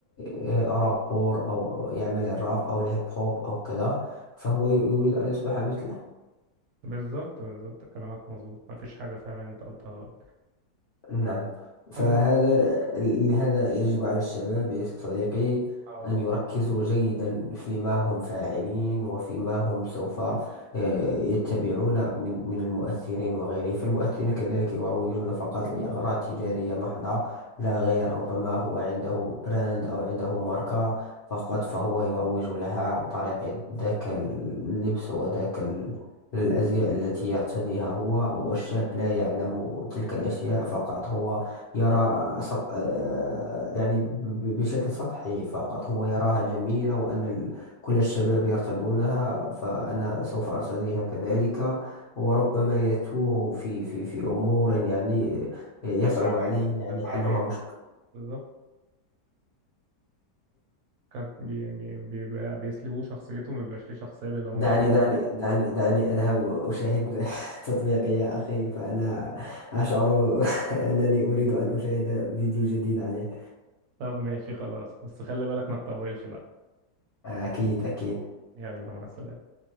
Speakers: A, on the left; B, on the right.
A: آه، رابور أو يعمل الراب أو الهيب هوب أو كذا فهو يريد أن يصبح مثله
B: بالظبط بالظبط كلامك مظبوط ما فيش حاجة فعلا انت قلتها غلط
A: نعم فهذا
B: ال-
A: لهذا يجب على الشباب يا صديقي
B: اه
A: أن يركزوا جيدا فيما هم فاعلين وفيما هم سوف آه، يتبعون من من المؤثرين وغيره فالمؤثرين كذلك يروجون فقط لأغراض تجارية محضة لا غير ربما هو عنده براند أو عنده ماركة فقط فهو يروج لها عن طريق ذاك اللبس وذاك الأزياء التي يرتديها هو والشاب لا يعلم تلك الأشياء فقط هو يرى سط... آه، يعني ب- بشكل سطحي فقط هو يراها جميلة وأن ال- كل الشباب يرتدونها فأنا سوف أرتديها كذلك وربما يتوه في في في أمور يعني آه، يصعب
B: ده تعميم
A: عليه يعني
B: ده
A: حلها
B: تعبير
A: مشكل
B: بالظبط كان بي بي بيبقى بيسلبوه شخصيته ما بيبقاش ليه شخصية بيبقى مجرد
A: دعني دعني دعني دعني أذهب أشاهد <laughs> تطبيقي يا أخي فأنا أشعر <laughs> أنني أريد أن أشاهد فيديو جديد عليه
B: طب ماشي خلاص بس خلي بالك ما تطولش بقى
A: أكيد أكيد
B: يلا مع السلامة